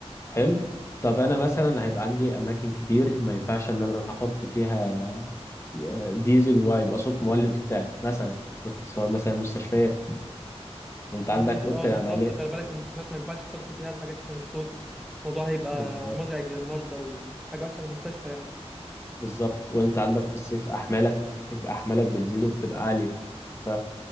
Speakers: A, on the left; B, in the centre.
A: حلو طب انا مثلا هيبقى عندي اماكن كتير ما ينفعش ان انا احط فيها آه، ديزل وهيبقى صوت مولد وبتاع مثلا باختصار مثلا مستشفيات انت عندك
B: ماشي
A: اوضه
B: اه بالظبط
A: العمليه
B: خلي بالك المستشفيات ما ينفعش تحط فيها الحاجات دي عشان الصوت الموضوع هيبقى
A: بالظبط
B: مزعج للمرضى وحاجة وحشة للمستشفى يعني
A: بالظبط وانت عندك في الصيف احمالك احمالك بتزيد وبتبقى عاليه ف